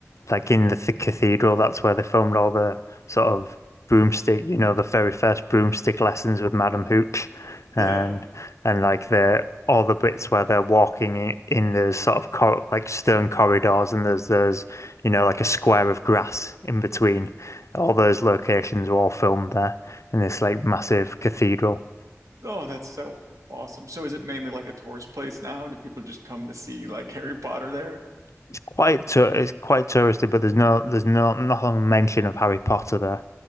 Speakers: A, on the left; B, on the right.
A: like in the th cathedral, that's where they filmed all the sort of broomstick, you know, the very first broomstick lessons with Madam Hooch, and
B: Yeah.
A: and like the all the bits where they're walking in, in those sort of cor like stone corridors, and there's there's you know, like a square of grass in between. All those locations were all filmed there in this like massive cathedral.
B: Oh, that's so awesome. So is it mainly like a tourist place now? Do people just come to see like <laughs> Harry Potter there?
A: It's quite to it's quite touristy, but there's no there's no nothing mention of Harry Potter there.